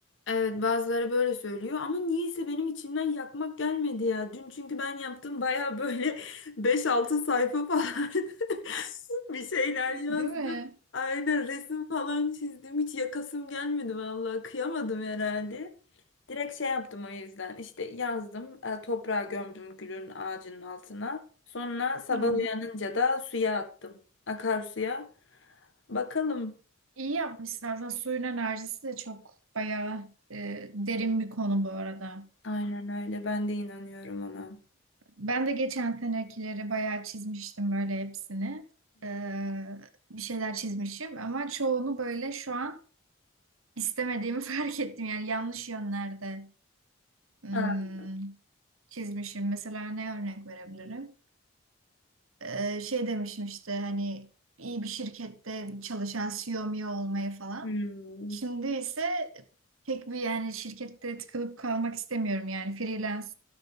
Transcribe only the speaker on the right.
<laughs> Değil mi?
Hı hı.
İyi yapmışsın. Aslında suyun enerjisi de çok bayağı e, derin bir konu bu arada.
Ben de geçen senekileri bayağı çizmiştim böyle hepsini. Ee, bir şeyler çizmişim ama çoğunu böyle şu an istemediğimi <laughs> fark ettim. Yani yanlış yönlerde hmm,
çizmişim. Mesela ne örnek verebilirim? Ee, şey demişim işte hani iyi bir şirkette çalışan CEO mu olmayı falan.
Şimdi ise pek bir yani şirkette tıkılıp kalmak istemiyorum yani freelance